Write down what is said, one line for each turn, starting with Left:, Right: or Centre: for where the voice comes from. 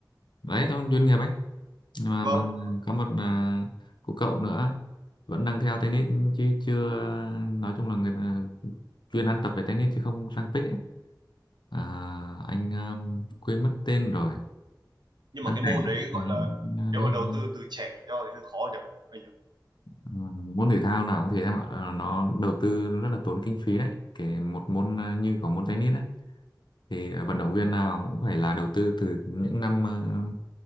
Left: đấy trong chuyên nghiệp ấy nhưng mà
Right: vâng
Left: bà, có một à, cô cậu nữa vẫn đang theo tennis chứ chưa nói chung là người ta chuyên ăn tập về tennis chứ không sang pick ấy À, anh um, quên mất tên rồi.
Right: nhưng
Left: Đáng
Right: mà cái
Left: lẽ
Right: môn
Left: lắm.
Right: đấy
Left: là
Right: gọi
Left: anh,
Right: là
Left: uh,
Right: nếu
Left: Lê
Right: mà
Left: Hồng
Right: đầu
Left: Anh.
Right: tư từ trẻ cho thì hơi khó nhỉ anh nhỉ
Left: Ờ, môn thể thao nào cũng thế em ạ. Ờ, nó đầu tư rất là tốn kinh phí đấy. Kể một môn uh, như có môn tennis đấy thì uh, vận động viên nào cũng phải là đầu tư từ những năm uh,